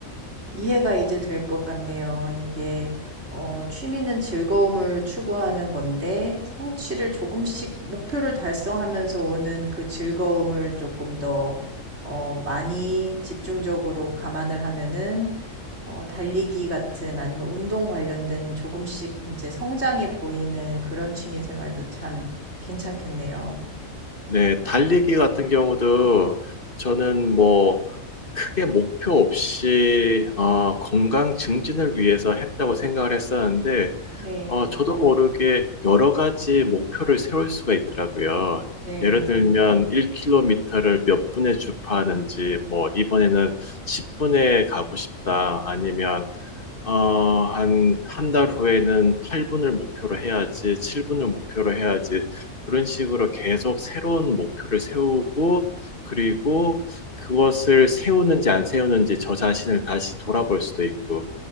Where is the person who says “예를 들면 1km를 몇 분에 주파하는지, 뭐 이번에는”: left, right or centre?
Left